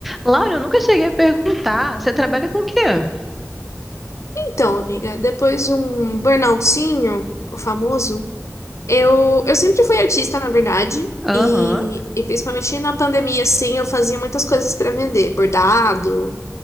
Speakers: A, in the centre; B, on the left (about 60°).
A: Laura, eu nunca cheguei a perguntar. Você trabalha com o quê?
B: Então, amiga, depois de um burnoutzinho, o famoso, eu, eu sempre fui artista, na verdade,
A: Aham,
B: e, e principalmente na pandemia, assim, eu fazia muitas coisas para vender, bordado,